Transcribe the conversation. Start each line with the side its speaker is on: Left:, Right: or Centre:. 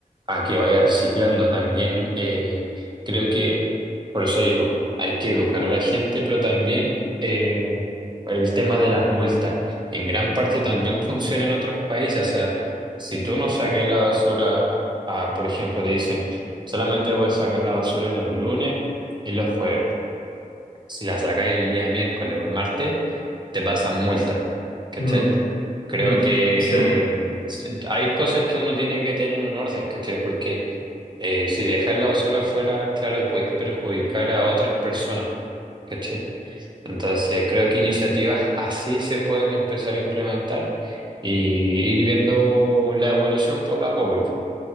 Right: a que vaya reciclando. También eh, creo que, por eso digo, hay que educar a la gente, pero también eh, el tema de las multas. En gran parte también funciona en otros países. O sea, si tú no saques la basura, ah, por ejemplo, te dicen, solamente puedes sacar la basura en los lunes y los jueves. Si la sacáis el día de miércoles o el martes, te pasan multas, ¿cachai?
Left: Mm,
Right: Creo
Left: mm,
Right: que
Left: sí,
Right: mm, hay cosas que uno tiene que tener en orden, ¿cachai? Porque eh, si dejas la basura afuera, claro, puedes perjudicar a otras personas, ¿cachai? Entonces, creo que iniciativas así se pueden empezar a implementar y ir viendo la evolución poco a poco.